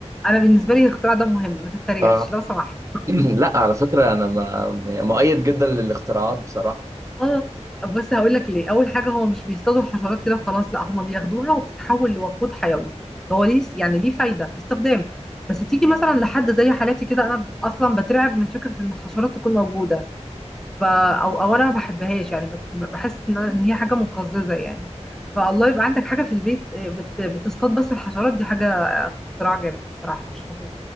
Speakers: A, in the centre; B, on the right (about 25°).
A: انا بالنسبه لي الاختراع ده مهم ما تتريقش
B: اه
A: لو سمحت
B: <clears throat> لا على فكرة انا ما- مؤيد جدا للاختراعات بصراحة
A: اه بص هقول لك ليه اول حاجه هو مش بيصطادوا الحشرات كده وخلاص لا هم بياخدوها وبتتحول لوقود حيوي هو ليه يعني ليه فايده استخدام بس تيجي مثلا لحد زي حالتي كده انا اصلا بترعب من فكره ان الحشرات تكون موجوده ف- او او انا ما بحبهاش يعني بت- بحس ان إن هي حاجه مقززه يعني فالله يبقى عندك حاجه في البيت آه، بت- بتصطاد بس الحشرات دي حاجه آه، اختراع جامد الصراحه مش حابه